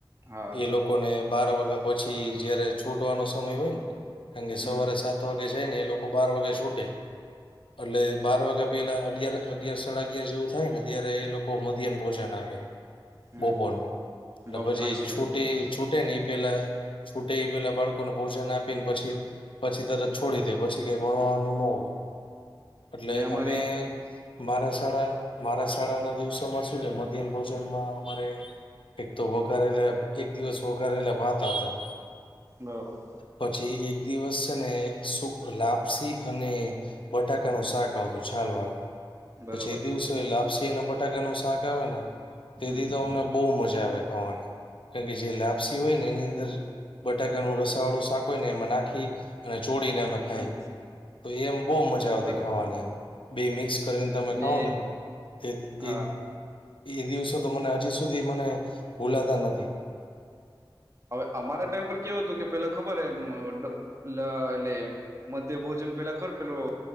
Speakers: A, on the right; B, on the left.
A: હા
B: એ લોક કોને બાર વાગ્યા પછી જયારે છૂટવાનો સમય હોય ને, કારણ કે
A: હમ
B: સવારે સાત વાગ પે જઈ ને એ લોકો બાર વાગે છૂટે એટલે બાર વાગ્યા પેલા અગયાર અગયાર સાડા અગિયાર જેવું થાય ને ત્યારે એ લોક ઓ મધ્યન ભોજન આપે,
A: હમ
B: બપોરનું, એટલે
A: બબ-
B: પછી
A: સાચી
B: છુટી
A: વાત
B: છૂટે ને એ પેલા, છૂટે પેલા બાળકો કો ને ભોજન આપીન પછી, પછી તરત છોડી દે પછી કઈ ભણવાનું ન હોય. એટલે
A: ને અમારી
B: અમે મારા શાળા, મારા શાળાના દિવસોમાં શું છે મધ્યહન ભોજનમાં અમારે એક તો વઘારેલા, એક દિવસ વઘારેલા ભાત આવતા.
A: બરાબર.
B: પછી એક દિવસ છે ને શુક લાપસી અને બટાકાનું શાક આવતું છાલ વાળું,
A: બરોબર
B: પછી એ દિવસ તોએ લાપસી અને બટાકાનું શાક આવેને, તે
A: હમ
B: દિવસે અમને બહુ મજા આવે ખાવાની. કારણ કે જે લાપસી હોયને, એની અંદર બટાકાનું રસ સા વાળો શાક હોયને, એમાં નાખી અને છોડીને અમે ખાય,
A: હમ
B: તો એમ બહુ મજા આવતી
A: બરાબર
B: ખાવાની એમ, બે મિક્સ કરીને તમે
A: ને
B: ખાવોને. તે
A: હા
B: એ એ દિવસો તો મને હજી સુધી મને ભૂલાતા નથી.
A: અવે અમારા ટાઈમ પર કેવું હતું કે પેલા ખબર એમ ડ લ એલે મધ્યભોજન પેલા ખર પેલો